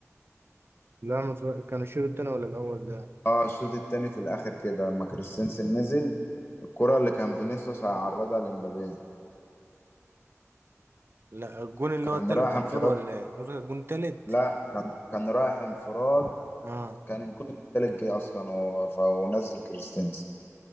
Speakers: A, on the right (about 50°); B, on the left (about 25°).
A: لا ما اتفرج- كان الشوط التاني ولا الأول ده
B: اه الشوط التاني في الاخر كده لما كريستنسن نزل الكرة اللي كان فينيسيوس هيعرضها لمبابي
A: لا الجون اللي
B: كان
A: هو التالت
B: رايح
A: بتاع
B: انفراد
A: مبابي ولا ايه قصدك الجون التالت
B: لا كان كان رايح انفراد
A: اه
B: كان الجون التالت جه اصلا هو ف- ونزل كريستنسن